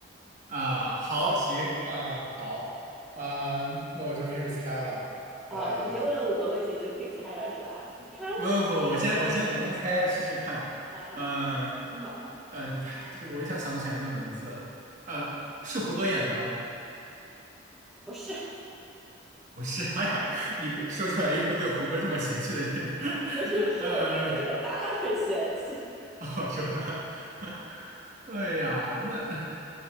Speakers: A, on the right; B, in the centre.
A: 啊，好，行啊，好，嗯，那我就开始猜了。
B: 啊，
A: 呃，
B: 已经问了五个问题就可以猜了，是吧？看来这个很有信心
A: 不不不，我先我先我先猜一下试试看。
B: 啊，你很有信心嘛？
A: 嗯呃，他这个我一下想不起来那个名字。呃，是胡歌演的吗？
B: 不是，
A: 不是，<laughs> 哎呀，你们说出来一副对胡歌这么嫌弃的电影，<laughs>
B: 不是，是我对你的这个答案很嫌弃。
A: 呃，哦，说他，<laughs> 哎呀，那